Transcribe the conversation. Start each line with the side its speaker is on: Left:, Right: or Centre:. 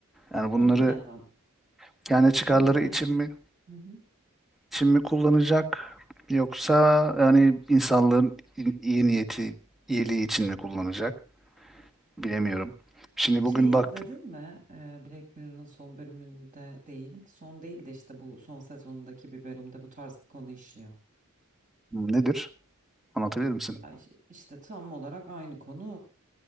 Centre: Yani
Right: Onu
Centre: bunları
Right: bilemem.
Centre: kendi çıkarları
Right: Onu bilemem.
Centre: için mi
Right: Hı hı.
Centre: için mi kullanacak yoksa yani insanlığın i- iyi niyeti iyiliği için mi kullanacak? Bilemiyorum. Şimdi
Right: Şeyi
Centre: bugün baktım
Right: izledin mi? Ee, Black Mirror'ın son bölümünde değil. Son değil de işte bu son sezonundaki bir bölümde bu tarz bir konu işliyor.
Centre: Nedir? Anlatabilir misin?
Right: Ya iş- işte tam olarak aynı konu.